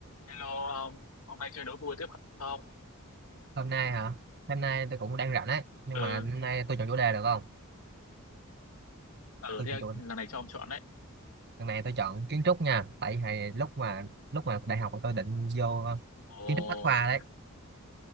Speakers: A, on the left; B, on the right.
A: Hello ông, hôm nay chơi đố vui tiếp không?
B: hôm nay hả hôm nay tôi cũng đang rảnh ấy nhưng
A: Ừ,
B: mà hôm nay tôi chọn chủ đề được không
A: ừ
B: tôi
A: thế
B: chọn chủ
A: lần này cho ông chọn đấy.
B: lần này tôi chọn kiến trúc nha tại vì lúc mà lúc mà đại học tôi định vô ờ,
A: Ồ,
B: kiến trúc bách khoa đấy